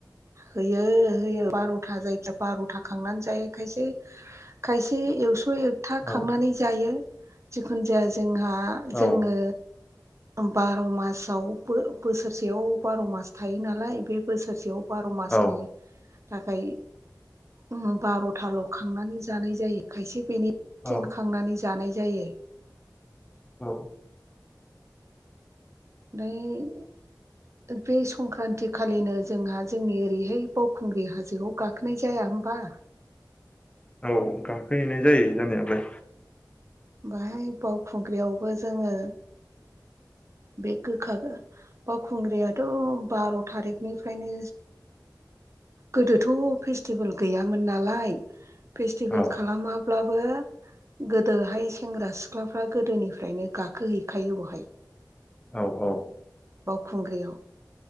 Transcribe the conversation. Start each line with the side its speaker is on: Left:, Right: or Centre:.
Right: होयो होयो बार'था जायखिया बार'था खांनानै जायो खायसे खायसे एखस स' एकथा
Left: औ
Right: खांनानै जायो। जिखुनु जाया जोंहा आ‌
Left: औ
Right: जोङो बार' मासाव बो-बोसोरसेयाव बार' मास थायो नालाय बे बोसोरसेयाव बार' मासनि
Left: औ
Right: थाखाय ओम बार'थाल' खांनानै जानाय जायो खायसे बेनि
Left: औ
Right: सिन खांनानै जानाय जायो
Left: औ
Right: ओमफ्राय बे संक्रान्ति खालिनो जोंहा जोंनि ओरैहाय बावखुंग्रि हाजोआव गाखोनाय जाया होमबा
Left: औ गा खोहैनाय जायो जानायालाय
Right: बहाय बावखुंग्रियावबो जोङो बे गोखा बावखुंग्रियाथ' बार' थारिखनिफ्रायनो गोदोथ' फेस्टिभेल गैयामोन नालाय फेस्टिभेल
Left: औ
Right: खालामाब्लाबो गोदोहाय सेंग्रा सिख्लाफ्रा गोदोनिफ्रायनो गाखोहैखायो बेवहाय
Left: औ औ
Right: बावखुंग्रियाव